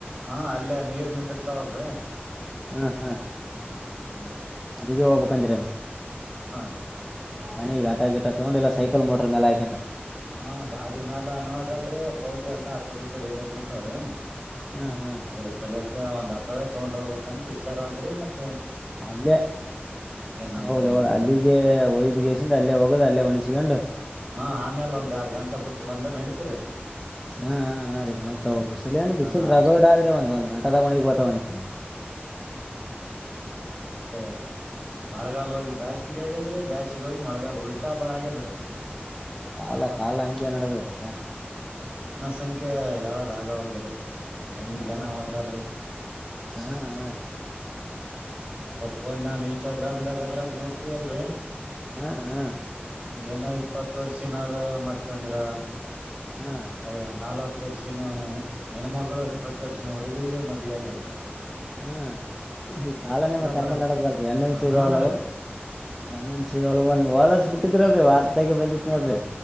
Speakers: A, on the right; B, in the centre.
A: ಹಾ ಅಲ್ಲೇ ನೀರ್ನಿಂದ ಇರ್ತಾವಲ್ರಿ
B: ಹ್ಮ್ ಹ್ಮ್
A: ಅದಲ್ಲ
B: ಅಗ ಓಬ ಕಂತರು
A: ರೀ
B: ಕಣಿಗ್ ಆಟಾ ಗಿಟ ತಗೊಂಡಿಲ್ಲ ಸೈಕಲ್ ಮೋಟ್ರ ಮೇಲೆ ಹಾಕಂಡ
A: ಹಾ ಗಾಡಿ ಮ್ಯಾಲ ಅನವಾಗಲ್ರಿ ಕೌದಿ ಎಲ್ಲಾ ಆ ಕಡೆ ಕಡೆ ಹೇಳ ಬಳ್ತವ್ರೀ
B: ಹಾ ಹಾ
A: ಅ್ರ ಸಲಕ್ಕೆ ಒಂದ್ ಹತ್ತು ತವೆ ತಗೊಂಡ್ ಹೋಗ್ಬೇಕಂತ ವಿಚಾರ ಆದ್ರೆತ್ತೆ
B: ಅಲ್ಲೇ
A: ಏನಂತಾರ
B: ಹೌದೌದು
A: ಏನಲ್ಲ
B: ಅಲ್ಲಿಗೆ ಒಯ್ದ್ ಗೇಸಿಂದ ಅಲ್ಲೇ ಹೋಗೋದುಅಲ್ಲೇ ಮಣಸ್ಕಂಡು
A: ಹಾ ಆಮೇಲೆ ಒಂದ್ ಎರಡ್ ಗಂಟ ಬಿಟ್ಟು ಬಂದ್ರ ನಡತ್ರರಿ
B: ಹಾ ರೀ ಒಣಗ್ತಾವ ಬಿಸಲ್ ಏನು ಬಿಸಿಲ್
A: ನಾಷ್ಟ
B: ರಗೋಡ್ ಆದ್ರೆ ಒಂದ್ ಒಂದ್ ಗಂಟೆ ತಗೋಡಗ್ ಬತವಂತನಿ
A: ಹ ಮಳೆಗಾಲಲ್ ಹೋಗಿ ಬ್ಯಾಸಸಿಗೆ ಆಗಾದ್ರೆ ಬ್ಯಾಸಿಗೆ ಹೋಗಿ ಮಳಗಾಲ ಉಲ್ಟಿ ಹಾಗಗಾದ್ರೆ ಅದು
B: ಕಾಲ ಕಾಲ ಹಂಗಗೆ ನಡದ್ರ ಈಗ
A: ಸಂಖ್ಯೆ ಏಳದ್ ಆಗವಲ್ರಿ ಹೆಂಗ್
B: ಹೌದು
A: ಜನ ಹೊಂಟಾರೀ <inaudible>
B: ಹಾ ಹಾ ರೀ
A: ಫೋನ್ಗ ಇನ್ಸ್ಟಾಗ್ರಾಮದಾಗ ಅದ್ರಾಗ ನೋಡಿ ಮಾಡ್ತೀವಲ್ರಿ
B: ಹಾ ಹಾ
A: <unintelligible> ಇಪ್ಪತ್ತು ವರ್ಷನೂರು ಮತ್ತೆ ಮತ್ತೆಂದ್ರ
B: ಹಾ
A: ಅದ ನಾಲ್ವತ್ತು <unintelligible> ಚನ್ನ ಹೆಣ್ಣ್ಮಗಳು
B: ಹ್ಮ್
A: ಇಪ್ಪತ್ತು ವರ್ಷ ನೋಡಿ ಹಡುಗಗೆ ಮದ್ವೆ ಆಗ್ಯಾಲ್ರಿ
B: ಹ್ಮ್ ಈ ಕಾಲನೇ ಮತ್ತೆ
A: ಬರ
B: ಹಂಗ ನಡದಲ್ರಿ ಹೆಣ್ಣನ್
A: ಹಾ
B: ಸಿಗೋಲ್ಲು
A: ರೀ
B: ಹೆಣ್ಣೇ ಸಿಗೋಲು ಒಂದ್ ಓದಾರ್ಸ ಬಿಟ್ಟಿದ್ರಲ್ರಿ ವಾರದಾಗ ಬಂದಿ ನೋಡ್ರಿ